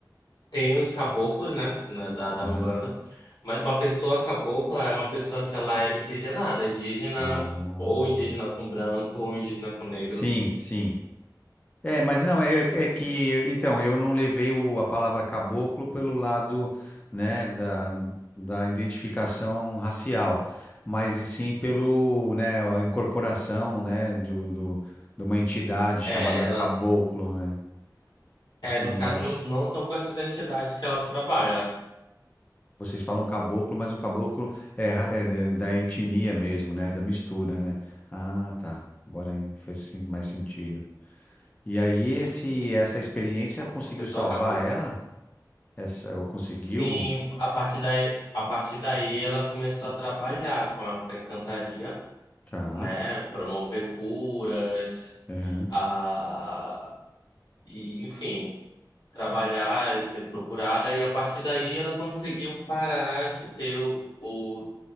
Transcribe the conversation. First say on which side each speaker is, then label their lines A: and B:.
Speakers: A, on the left; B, on the left.
A: tem os caboclos, né, na- da, da
B: Aham.
A: Umbanda, mas uma pessoa cabocla é uma pessoa que ela é miscigenada, é indígena,
B: Ah,
A: ou indígena com branco, ou indígena com negro.
B: sim, sim. É, mas não, é, é que, então, eu não levei o- a palavra caboclo pelo lado, né, da, da identificação racial, mas e sim pelo, né, a incorporação, né, do, do- de uma entidade chamada
A: É, ela,
B: caboclo, né? Assim,
A: é, no caso,
B: eu acho,
A: não, não são com essas entidades que ela trabalha,
B: vocês falam caboclo, mas o caboclo é, ra- é de- da etnia mesmo, né, da mistura, né? Ah, tá, agora faz sim- mais sentido. E aí
A: sim,
B: esse, essa experiência conseguiu
A: uma pessoa
B: salvar
A: cabocla.
B: ela? Essa, eu conseguiu?
A: Sim, a partir daí, a partir daí ela começou a trabalhar com a, com a encantaria.
B: Tá.
A: né? Promover curas,
B: Aham,
A: a, e, enfim, trabalhar, eh, ser procurada, e a partir daí ela conseguiu parar de ter o, o-